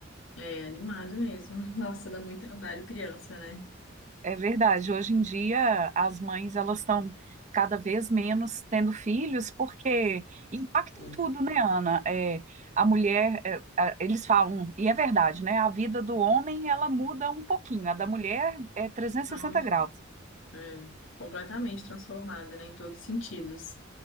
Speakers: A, on the left; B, on the right.
A: É, animado mesmo. <laughs> Nossa, dá muito trabalho criança, né?
B: É verdade. Hoje em dia, as mães elas estão cada vez menos tendo filhos, porque impacta
A: Sim.
B: em tudo, né, Ana? É, a mulher, é, a- eles falam, e é verdade, né? A vida do homem ela muda um pouquinho, a da mulher é trezentos
A: Nossa,
B: e sessenta graus.
A: é, completamente transformada, né, em todos os sentidos.